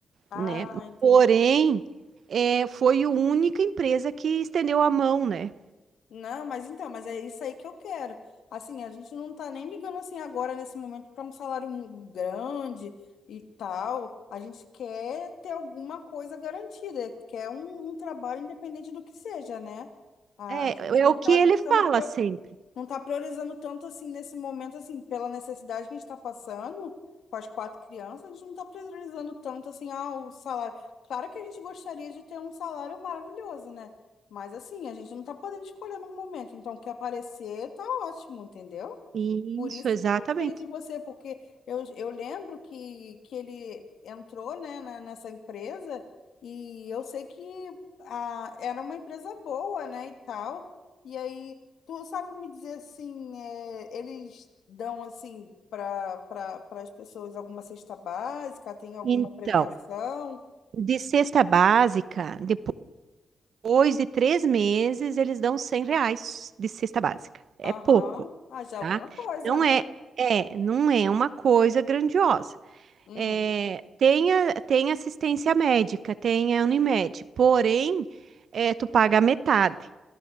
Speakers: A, on the left; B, on the right.
A: Ah,
B: né?
A: entendi.
B: Porém, é, foi a única empresa que estendeu a mão, né?
A: Não, mas então, mas é isso aí que eu quero. Assim, a gente não tá nem ligando assim agora nesse momento para um salário mu- grande e tal. A gente quer ter alguma coisa garantida, quer um, um trabalho independente do que seja, né? A
B: É,
A: gente
B: é
A: não
B: o que
A: tá
B: ele fala
A: dando
B: sempre.
A: não está priorizando tanto assim nesse momento, assim, pela necessidade que a gente está passando com as quatro crianças, a gente não está priorizando tanto assim, ah, o salário. Claro que a gente gostaria de ter um salário maravilhoso, né? Mas assim, a gente não está podendo escolher no momento. Então, o que aparecer tá ótimo, entendeu?
B: Isso,
A: Por isso
B: exatamente.
A: que eu lembrei de você, porque eu, eu lembro que, que ele entrou, né, na- nessa empresa e eu sei que a, era uma empresa boa, né, e tal. E aí, tu sabe me dizer assim, é, eles dão assim para para para as pessoas alguma cesta básica, tem alguma
B: Então,
A: premiação?
B: de cesta básica, de- Depois de três meses, eles dão 100 reais de cesta básica. É
A: Aham,
B: pouco,
A: Ah, já
B: tá?
A: alguma coisa,
B: Não
A: né?
B: é, é, não é uma coisa grandiosa.
A: Uhum.
B: É, tem, a- tem assistência médica, tem a Unimed, porém, é, tu paga a metade.